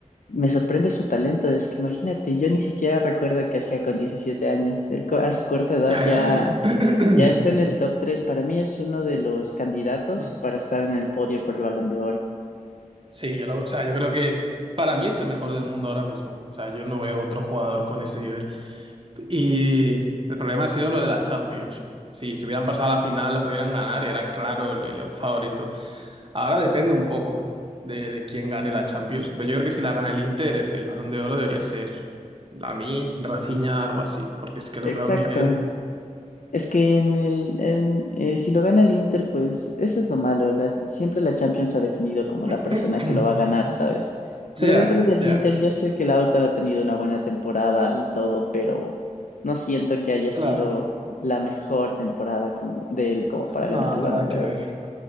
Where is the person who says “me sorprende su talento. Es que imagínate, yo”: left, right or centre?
Left